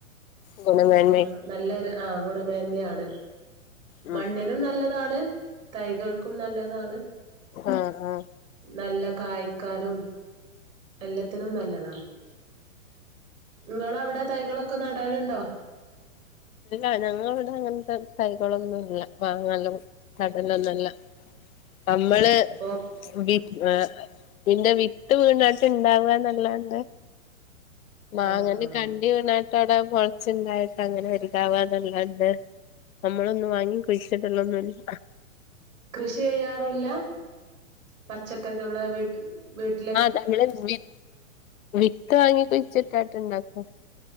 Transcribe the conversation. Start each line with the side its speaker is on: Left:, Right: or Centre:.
Left: ഗുണമേന്മ
Right: ല്ല ആ നല്ലൊരു ആ ഗുണമേന്മയാണ്
Left: ഉം
Right: മണ്ണിനും നല്ലതാണ് തൈകൾക്കും നല്ലതാണ്
Left: ആഹ് ആഹ്
Right: നല്ല കായ് ക്കാരും എല്ലാത്തിനും നല്ലതാണ് ങ്ങവിളെ അവിടെ തൈകളൊക്കെ നടാനുണ്ടോ
Left: ഇല്ല ഞങ്ങളിട അങ്ങനത്തെ തൈകളൊന്നും ഇല്ല മാങ്ങലും കടലൊന്നുംല്ല നമ്മള്
Right: അപ്പൊ
Left: വി പിന്റെ വിത്ത് വീണാട്ട് ഇണ്ടാവാന്നല്ലാണ്ടെ മാങ്ങാന്റൊക്കെ
Right: ആഹ് ആഹ്
Left: അണ്ടി വീണട്ടവിടെ മുള ച്ണ്ടായിട്ട അങ്ങനെ വരും <unintelligible> നമ്മളൊന്നും വാങ്ങി കുഴിച്ചിടലൊന്നുല്ല
Right: കൃഷി ചെയ്യാറില്ല പച്ചക്കറിക്ക് നമ്മള വീട്ടി വീട്ടി
Left: ആ തമ്മള് വി വിത്ത് വാങ്ങിക്കൊ ചിട്ടാട്ട് ഇണ്ടാക്കും